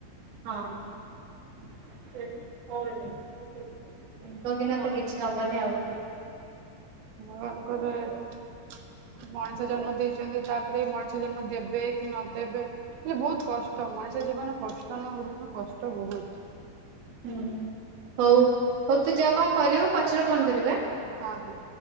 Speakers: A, on the right (about 60°); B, on the right (about 80°).
A: ହଁ <unintelligible> ତାଙ୍କ ବିିନା ତ କିଛି ହବନି ଆଉ
B: <unintelligible> ମଣିଷ ଜନ୍ମ ଦେଇଛନ୍ତି ତାପରେ ମଣିଷ ଜନ୍ମ ଦେବେ କି ନଦେବେ ହେଲେ ବହୁତ କଷ୍ଟ ମଣିଷ ଜୀବନ କଷ୍ଟ ନହେଲେ ବି କଷ୍ଟ ବହୁତ
A: ହୁଁ ହଉ ହଉ ତୁ ଯାହା କଣ କରିବୁ ପଛରେ ଫୋନ୍ କରିବୁ ଆ
B: ହଁ ହଉ।